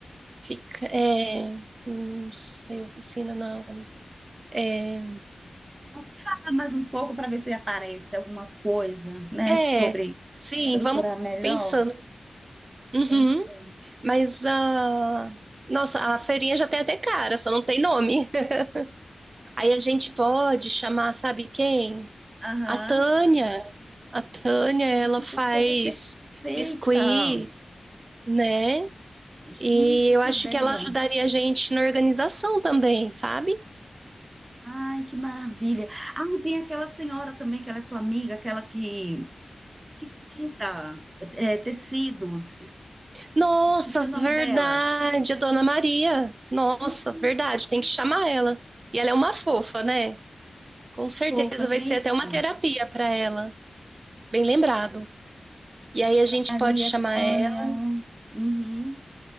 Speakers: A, on the right (about 45°); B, on the right (about 25°).
A: Fica, é, não sei, oficina, não. É,
B: Vamos falar mais um pouco para ver se aparece alguma coisa, né,
A: é,
B: sobre
A: sim,
B: estruturar
A: vamos
B: melhor.
A: pensando. Uhum,
B: Pensa.
A: mas a. Nossa, a feirinha já tem até cara, só não tem nome. <laughs> Aí a gente pode chamar, sabe quem?
B: Aham.
A: A Tânia. A Tânia, ela
B: Gente,
A: faz
B: tá Toda perfeita.
A: biscuit, né?
B: Gente,
A: E eu
B: que
A: acho
B: ideia!
A: que ela ajudaria a gente na organização também, sabe?
B: Ai, que maravilha! Ah, e tem aquela senhora também, que ela é sua amiga, aquela que, que pinta é, tecidos.
A: Nossa,
B: Esqueci o nome
A: verdade,
B: dela.
A: a Dona Maria. Nossa,
B: Hum,
A: verdade, tem que chamar ela. E ela é uma fofa, né? Com certeza
B: fofa, gente.
A: vai ser até uma terapia para ela, bem lembrado. E aí a gente
B: Maria
A: pode chamar
B: Tânia.
A: ela.
B: Uhum.